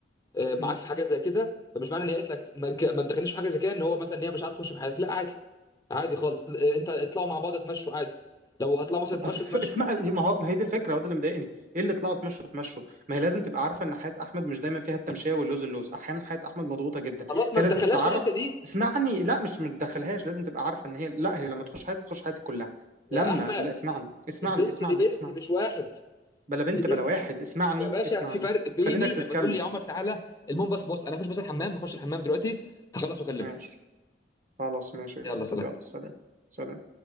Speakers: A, on the left; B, on the right.
A: آه، معاك
B: مم.
A: في حاجه زي كده فمش معنى ان هي قالت لك ما تج- ما تدخلنيش في حاجه زي كده ان هو مثلا ان هي مش هتخش في حياتك لا عادي عادي خالص آه، انت اطلعوا مع بعض تمشوا عادي لو هتطلعوا مثلا
B: أصف...
A: تمشوا تمشوا
B: اسمع ما هو ما هي دي الفكره هو ده اللي مضايقني ايه اللي طلعوا تمشوا تمشوا ما هي لازم تبقى عارفه ان حياه احمد مش دايما فيها التمشيه واللوز اللوز احيانا حياه احمد مضغوطه جدا
A: خلاص
B: فهي
A: ما تدخلهاش
B: لازم تتعرف
A: في الحته دي
B: اسمعني لا مش متدخلهاش لازم تبقى عارفه ان هي لا هي لما تخش حياتي تخش حياتي كلها لما
A: يا احمد
B: لا اسمعني اسمعني
A: البنت
B: اسمعني
A: دي بنت
B: اسمعني
A: مش واحد
B: بلا بنت
A: دي بنت
B: بلا واحد اسمعني
A: يا باشا
B: اسمعني
A: في فرق بيني
B: خليتك
A: لما
B: تتكلم
A: تقول لي يا عمر تعالى المهم بس بص انا هخش بس الحمام هخش الحمام دلوقتي هخلص واكلمك
B: ماشي خلاص ماشي يا جميل
A: يلا سلام
B: يلا سلام سلام